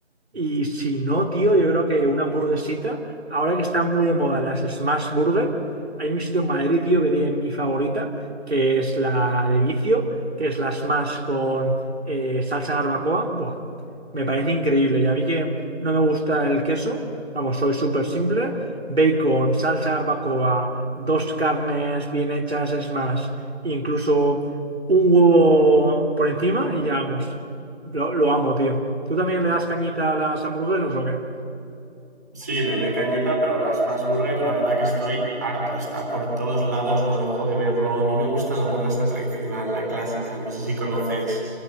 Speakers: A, on the right (about 65°); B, on the right (about 15°).
A: y si no, tío, yo creo que una hamburguesita, ahora que están muy de moda las Smash Burger, hay un sitio en Madrid, tío, que tiene mi favorita, que es la de vicio, que es la Smash con eh, salsa barbacoa. Buah, me parece increíble. Y a mí que no me gusta el queso, vamos, soy súper simple. Bacon, salsa barbacoa, dos carnes bien hechas Smash, incluso un huevo por encima y ya vamos. Lo, lo amo, tío. ¿Tú también le das cañita a las hamburguesas o qué?
B: Sí, le doy cañita, pero la Smash Burger, la verdad que estoy harto. Está por todos lados, no dejo de verlo. A mí me gusta la hamburguesa tradicional, la clásica. No sé si conoces